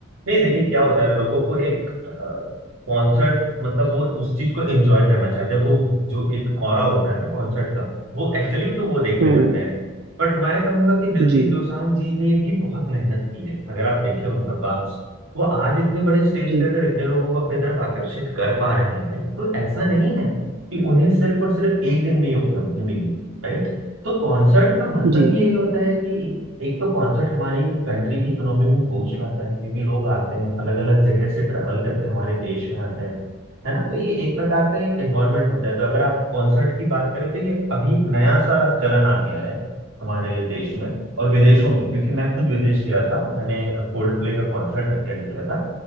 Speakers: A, on the right; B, on the right.
A: नहीं देखिए क्या होता है लोगों को एक कॉन्सर्ट मतलब वो उस चीज को एंजॉय करना चाहते हैं वो जो एक ऑरा होता है ना कॉन्सर्ट का वो एक्चुअली तो वो देखने
B: हम्म
A: जाते हैं बट मैं कहूंगा कि दिलजीत
B: जी
A: दोसांझ जी ने भी बहुत मेहनत की है अगर आप देखें उनका पास वो आज इतने बड़े स्टेज
B: जी
A: पे अगर इतने लोगों को अपनी तरफ आकर्षित कर पा रहे हैं तो ऐसा नहीं है कि उन्हें सिर्फ और सिर्फ एक दिन में ही उपलब्धि मिली है right? तो कॉन्सर्ट का मतलब
B: जी
A: ये होता है कि एक तो कॉन्सर्ट हमारी कंट्री की इकोनॉमी में बूस्ट लाता है क्योंकि लोग आते हैं अलग अलग जगह से ट्रैवल करके हमारे देश में आते हैं है ना तो ये एक प्रकार का एक एनवायरनमेंट होता है तो अगर आप कॉन्सर्ट की बात करें तो ये अभी एक नया सा चलन आ गया है हमारे देश में और विदेशों में क्योंकि मैं खुद विदेश गया था मैंने कोल्ड प्ले का कॉन्सर्ट अटेंड किया था